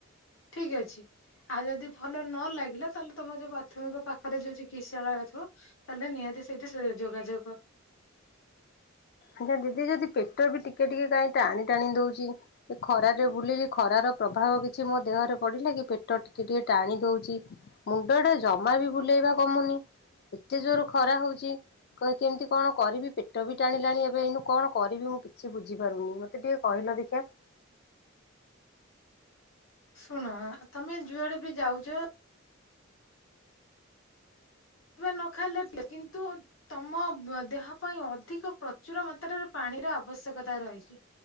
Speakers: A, on the left; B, on the left.
A: ଠିକ୍ ଅଛି। ଆଉ ଯଦି ଭଲ ନ ଲାଗିଲା ତାହେଲେ ତମ ଯୋଉ ପ୍ରାଥମିକ ପାଖରେ ଯୋଉ ଚିକିତ୍ସାଳୟ ଥିବ ତାହେଲେ ନିହାତି ସେଇଠି ସେ ଯୋଗାଯୋଗ କର।
B: ଆଜ୍ଞା ଦିଦି ଯଦି ପେଟ ବି ଟିକେ ଟିକେ କାଇଁ ଟାଣି ଟାଣି ଦଉଛି। ସେ ଖରାରେ ବୁଲିଲି ଖରାର ପ୍ରଭାବ କିଛି ମୋ ଦେହରେ ପଡିଲା କି ପେଟ ଟିକେ ଟିକେ ଟାଣି ଦଉଛି। ମୁଣ୍ଡଟା ଜମା ବି ବୁଲେଇବା କମୁନି। ଏତେ ଜୋର ଖରା ହଉଛି କ କେମିତି କଣ କରିବି ପେଟ ବି ଟାଣି ହେଲାଣି ଏବେ ଏଇନୁ କଣ କରିବି ମୁଁ କିଛି ବୁଝିପାରୁନି ମତେ ଟିକେ କହିଲ ଦେଖି।
A: ଶୁଣ ତମେ ଯୁଆଡ଼େ ବି ଯାଉଛ ନ ଖାଇଲେ <unintelligible> କିନ୍ତୁ ତମ ଦେହ ପାଇଁ ଅଧିକ ପ୍ରଚୁର ମାତ୍ରାରେ ପାଣିର ଆବଶ୍ୟକତା ରହିଚି।